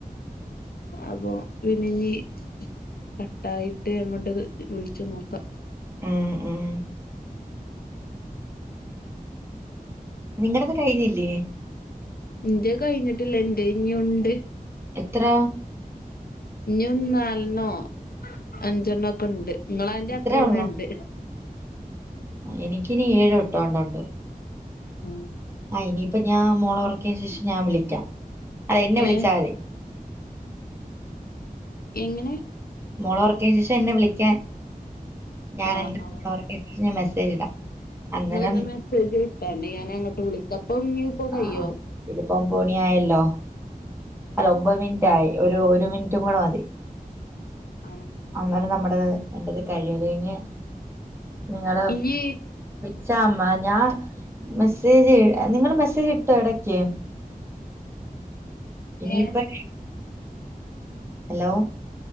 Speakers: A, on the left; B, on the right.
A: അപ്പോ പിന്നിനി കട്ടായിട്ട് അങ്ങോട്ട് വിളിച്ച് നോക്കാം
B: ഉം ഉം നിങ്ങടത് കഴിഞ്ഞില്ലേ?
A: ഇന്റെത് കഴിഞ്ഞിട്ടില്ല എന്റെ ഇനി ഒണ്ട്
B: എത്ര?
A: ഇനി നാലെണ്ണോ അഞ്ചെണ്ണോ ഒക്കെ ഉണ്ട് നിങ്ങള അതിന്റെ
B: ഇത്രേ
A: അത്രന്ന
B: ഒള്ളോ
A: ഉണ്ട്
B: എനിക്കിനി ഏഴോ എട്ടോണ്ണ്ട്
A: ഉം.
B: ആഹ്! ഇനിയിപ്പ ഞാൻ മോള ഉറക്കിയന് ശേഷം ഞാൻ വിളിക്കാം അല്ല എന്നെ
A: ഏ
B: വിളിച്ചാൽ മതി
A: എങ്ങനെ?
B: മോളെ ഒറക്കിയന് ശേഷം എന്നെ വിളിക്കാൻ ഞാൻ
A: ആഹ്
B: എ
A: ആഹ്
B: ഒറക്കിയതിനു ശേഷം മെസ്സേജ് ഇടാം അന്നേരം
A: നിങ്ങളിന്ന് മെസ്സേജ് വിട്ടാണ്ട് ഞാൻ അങ്ങോട്ട് വിളിക്ക അപ്പൊ ഇനി ഇപ്പോ കയ്യോ
B: ആഹ് ഇതിപ്പോ ഒൻപതുമണിയായല്ലോ അല്ല ഒമ്പത് മിനിറ്റ് ആയി ഒരു ഒരു മിനിറ്റും കൂടെ മതി
A: ആഹ്!
B: അങ്ങനെ നമ്മടത് എന്റെത് കഴിയുംഅത് കഴിഞ്ഞ് നിങ്ങള്
A: ഇനി
B: വിളിച്ചാ അമ്മ ഞാൻ മെസ്സേജ് നിങ്ങള് മെസ്സേജ് ഇട്ടോ ഇടക്ക് ഇനിയിപ്പ-
A: ഏ
B: ഹലോ